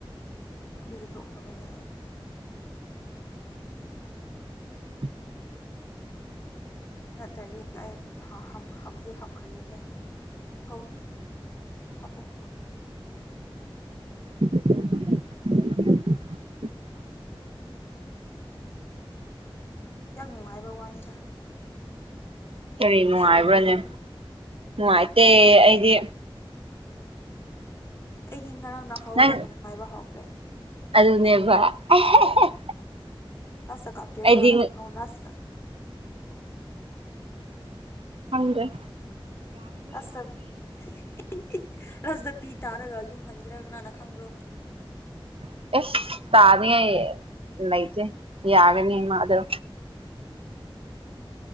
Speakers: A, on the left; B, on the right.
A: ꯑꯗꯨꯒꯤ ꯇꯣꯛꯈ꯭ꯔꯕꯅꯤ ꯑꯩ
B: <unintelligible>
A: ꯅꯠꯇ꯭ꯔꯗꯤ ꯑꯩ ꯊꯥ ꯍꯥꯞ ꯍꯥꯞꯂꯤ ꯍꯥꯞꯈ꯭ꯔꯅꯤꯗ ꯍꯧ ꯍꯛ ꯑꯣ
B: <inaudible>
A: ꯈꯤꯇꯪ ꯅꯨꯡꯉꯥꯏꯕ ꯋꯥꯅꯤꯗ
B: ꯀꯔꯤ ꯅꯨꯡꯉꯥꯏꯕ꯭ꯔꯥꯅꯦ
A: ꯄꯩꯁꯥ ꯂꯩꯇꯕꯒꯤ
B: ꯅꯨꯡꯉꯥꯏꯇꯦ ꯑꯩꯗꯤ
A: ꯑꯩꯗꯤ ꯉꯔꯥꯡ ꯅ ꯍꯧꯔꯒ
B: ꯅꯪ
A: ꯅꯨꯡꯉꯥꯏꯕ ꯍꯧꯈ꯭ꯔꯦ
B: ꯑꯗꯨꯅꯦꯕ <unintelligible>
A: <unintelligible>
B: ꯑꯩꯗꯤ ꯍꯪꯗꯦ
A: ꯑꯁꯇ <unintelligible> ꯑꯁꯇ ꯄꯤ ꯇꯥꯔꯒ ꯌꯨꯝ ꯍꯟꯒꯦꯔ ꯀꯅꯥꯅ ꯈꯪꯕ꯭ꯔꯣ
B: <unintelligible> ꯑꯦꯁ ꯇꯥꯅꯤꯏ ꯂꯩꯇꯦ ꯌꯥꯒꯅꯤ ꯃꯥꯗꯨ